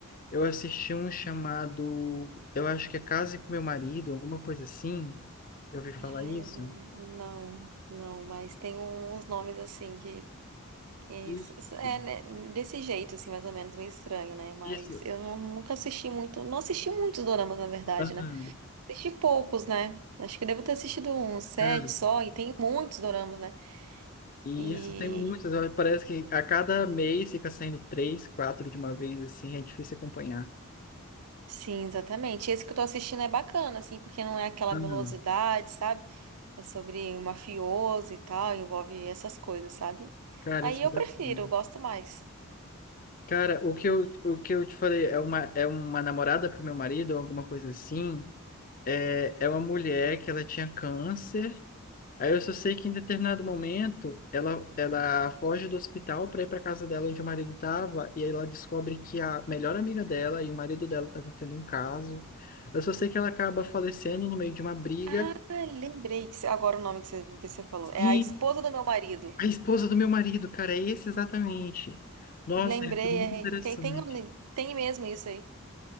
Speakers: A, on the left; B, on the right.
A: eu assisti um chamado, eu acho que é Case com Meu Marido, alguma coisa assim. Eu ouvi falar
B: Ai,
A: isso.
B: eu não, não, não, mas tem um, uns nomes assim que, que
A: Isso,
B: s- s- é né, desse jeito, assim, mais ou menos, meio estranho, né? Mas
A: isso.
B: eu não- nunca assisti muito, não assisti muitos doramas, na verdade,
A: Aham,
B: né? Assisti poucos, né? Acho que eu devo ter assistido uns sete
A: cara,
B: só, e tem muitos doramas, né?
A: e
B: E
A: isso tem muitos. ó, Parece que a cada mês fica saindo três, quatro de uma vez, assim, é difícil acompanhar.
B: Sim, exatamente. Esse que eu tô assistindo é bacana, assim, porque não é aquela
A: Aham,
B: melosidade, sabe? É sobre um mafioso e tal, envolve essas coisas, sabe?
A: cara,
B: Aí
A: isso
B: eu
A: é bacana.
B: prefiro, eu gosto mais.
A: Cara, o que eu, o que eu te falei é uma, é uma namorada pro meu marido, ou alguma coisa assim. é, é uma mulher que ela tinha câncer. Aí eu só sei que em determinado momento ela, ela foge do hospital para ir para casa dela onde o marido estava e aí ela descobre que a melhor amiga dela e o marido dela estavam tendo um caso. Eu só sei que ela acaba falecendo no meio de uma briga.
B: Ah, lembrei que você- agora o nome que você, que você falou. É
A: e
B: a esposa do meu marido.
A: a esposa do meu marido, cara, é esse exatamente. Nossa,
B: Lembrei,
A: ele foi muito interessante.
B: é, tem, tem, um- tem mesmo isso aí.